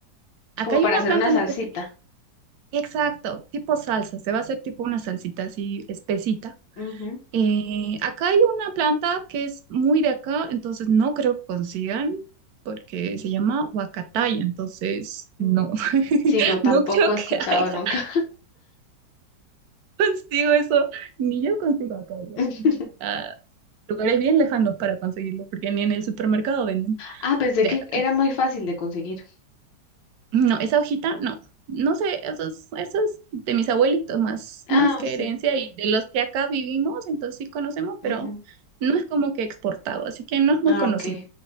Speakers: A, on the right (about 70°); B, on the left (about 75°).
A: Acá
B: como para
A: hay una
B: hacer
A: planta
B: una salsita.
A: en específico. Exacto, tipo salsa, se va a hacer tipo una salsita así espesita.
B: Ujú,
A: Eh, acá hay una planta que es muy de acá, entonces no creo que consigan porque se llama huacataya, entonces
B: mm,
A: no, <laughs>
B: Sí, no, tampoco
A: no creo
B: he
A: que
B: escuchado
A: haya
B: nunca.
A: consigo eso, ni yo consigo acá eso.
B: <laughs>
A: Tengo que ir a lugares bien lejanos para conseguirlo, porque ni en el supermercado venden.
B: Ah, pensé
A: Verdad,
B: que era muy fácil de conseguir.
A: No, esa hojita, no. No sé, eso es, eso es de mis abuelitos, más,
B: Ah,
A: más que
B: sí.
A: herencia, y de los que acá vivimos, entonces sí conocemos, pero
B: Ujú.
A: no es como que exportado, así que no es muy
B: Ah,
A: conocido.
B: ok.